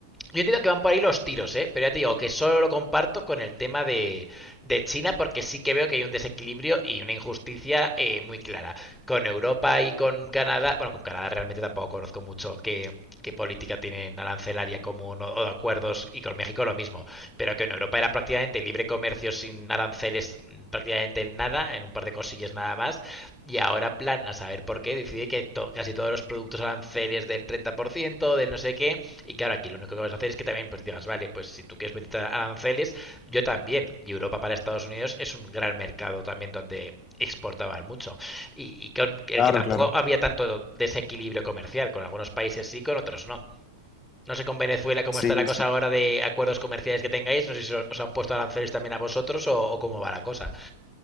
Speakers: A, in the centre; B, on the left (about 25°).
A: Yo entiendo que van por ahí los tiros, ¿eh? Pero ya te digo que solo lo comparto con el tema de, de China porque sí que veo que hay un desequilibrio y una injusticia eh, muy clara. Con Europa y con Canadá, bueno, con Canadá realmente tampoco conozco mucho que qué política tienen arancelaria común o, de acuerdos y con México lo mismo, pero que en Europa era prácticamente libre comercio sin aranceles prácticamente en nada, en un par de cosillas nada más, y ahora plan a saber por qué decide que to casi todos los productos aranceles del 30%, del no sé qué, y claro, aquí lo único que vas a hacer es que también pues digas, vale, pues si tú quieres meter aranceles, yo también. Y Europa para Estados Unidos es un gran mercado también donde exportaban mucho. Y, y con el
B: Claro,
A: que tampoco
B: claro.
A: había tanto desequilibrio comercial, con algunos países sí, con otros no. No sé con Venezuela cómo
B: Sí,
A: está la cosa
B: sí.
A: ahora de acuerdos comerciales que tengáis, no sé si os han puesto aranceles también a vosotros o, o cómo va la cosa.